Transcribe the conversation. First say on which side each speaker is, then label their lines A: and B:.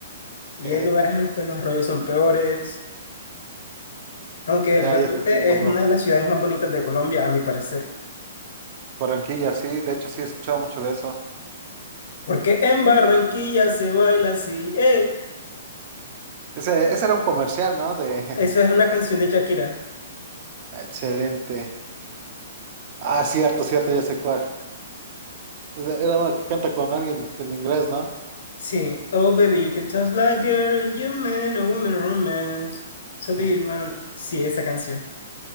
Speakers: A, on the left; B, on the right.
A: y
B: <laughs> Jeje,
A: hay lugares en los que los rollos son peores, aunque
B: Ya,
A: realmente
B: ya te entiendo,
A: es
B: bro.
A: una de las ciudades más bonitas de Colombia, a mi parecer.
B: Barranquilla, sí, de hecho sí he escuchado mucho de eso.
A: Porque en Barranquilla se baila así. ¡Eh!
B: Ese, ese era un comercial, ¿no? De
A: Eso es una canción de Shakira.
B: <laughs> excelente. Ah, cierto, cierto, ya sé cuál. Era era uno que canta con alguien en inglés, ¿no?
A: Sí. Oh, baby, you can talk like girl, you man, a woman romance. So be
B: <laughs>
A: one. Sí, esa canción.